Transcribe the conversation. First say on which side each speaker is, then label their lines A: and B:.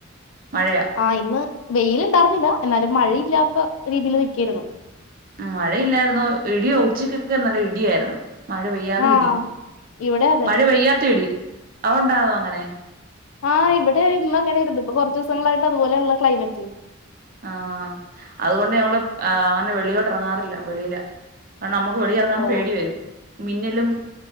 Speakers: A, on the right (about 45°); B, on the left (about 70°).
A: മഴയാ
B: ആഹ് ഇന്ന് വെയില് ഇണ്ടായിർന്നില്ല എന്നാലും മഴയില്ലാത്ത രീതിയിൽ നിക്കേര്ന്ന്
A: ഉം മഴയില്ലായിരുന്നു ഇടിയോ ഉച്ചക്കൊക്കെ നല്ല ഇടിയായിരുന്നു മഴ പെയ്യാതെ
B: ആ
A: ഇടി
B: ഇവിടെ അതെ
A: മഴ പെയ്യാത്ത ഇടി അവടെണ്ടാവോ അങ്ങനെ
B: ആഹ് ഇവിടെ ഇന്ന് അങ്ങനേര്ന്ന് ഇപ്പോ കുറച്ച് ദിവസങ്ങളായിട്ട് അതുപോലേണലൊ ക്ലൈമറ്റ്
A: ആഹ് അതുകൊണ്ട് ഞങ്ങള് അങ്ങനെ വെളിലോട്ട് ഇറങ്ങാറില്ല വെളിയില് കാരണം നമുക്ക് വെളിയിൽ ഇറങ്ങാൻ
B: ഓ
A: പേടി വരും മിന്നലും